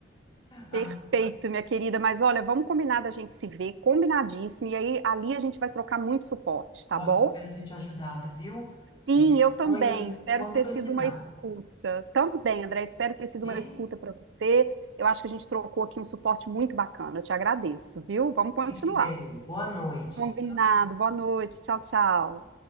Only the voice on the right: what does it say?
Perfeito,
minha querida, mas olha, vamos combinar da gente se ver, combinadíssimo, e aí ali a gente vai trocar muito suporte, tá
bom?
Sim,
eu também. Espero
ter
sido uma escuta. Também, André, espero ter sido
uma escuta para você. Eu acho que a gente trocou aqui um suporte muito bacana. Eu te agradeço, viu? Vamos continuar.
Combinado.
Boa noite. Tchau, tchau.